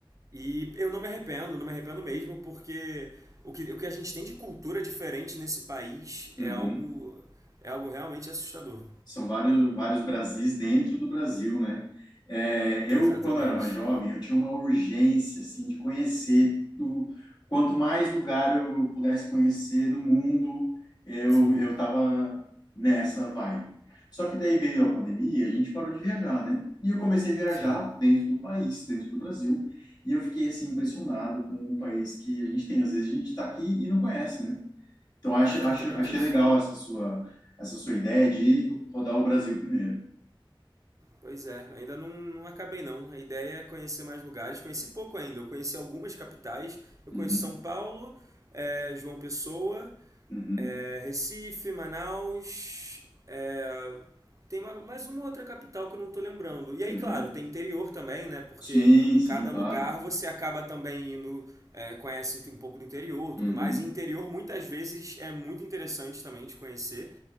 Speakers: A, on the right; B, on the left.
A: E eu não me arrependo, não me arrependo mesmo, porque o que, o que a gente tem de cultura diferente nesse país
B: Uhum.
A: é algo, é algo realmente assustador.
B: São vários, vários Brasis dentro do Brasil, né? É, eu,
A: Exatamente.
B: quando era mais jovem, eu tinha uma urgência, assim, de conhecer o, quanto mais lugar eu pudesse conhecer no mundo, eu,
A: Sim,
B: eu tava nessa vibe. Só que daí veio a pandemia, a gente parou de viajar, né? E eu comecei a viajar
A: sim.
B: dentro do país, dentro do Brasil, e eu fiquei, assim, impressionado com o país que a gente tem. Às vezes a gente tá aqui e não conhece, né? Então, acho,
A: É exatamente
B: acho, achei
A: isso.
B: legal essa sua, essa sua ideia de rodar o Brasil primeiro.
A: Pois é, ainda não, não acabei não. A ideia é conhecer mais lugares. Conheci pouco ainda. Eu conheci algumas capitais. Eu
B: Uhum,
A: conheço São Paulo, eh, João Pessoa
B: uhum,
A: é, Recife, Manaus, é, tem ma- mais uma outra capital que eu não estou lembrando. E aí,
B: uhum.
A: claro, tem interior também, né? Porque
B: Sim, sim,
A: cada
B: claro.
A: lugar você acaba também indo, é, conhece um pouco do interior, tudo
B: Uhum.
A: mais. E interior muitas vezes é muito interessante também de conhecer,